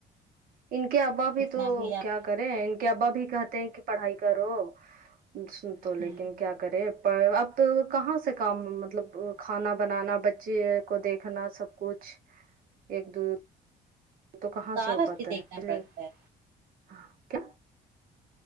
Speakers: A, on the right; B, on the right.
A: ان کے ابا بھی
B: کتنا
A: تو کیا
B: آپ
A: کریں ان کے ابا بھی کہتے ہیں کہ پڑھائی کرو سن تو لیکن
B: ہ
A: کیا کرے پر اب کہاں سے کام مطلب کھانا بنانا بچے کو دیکھنا سب کچھ ایک دو تو کہاں
B: سارا
A: سے ہو
B: چیز
A: پاتا
B: دیکھنا
A: ہے چے
B: پڑتا ہے
A: ہاں کیا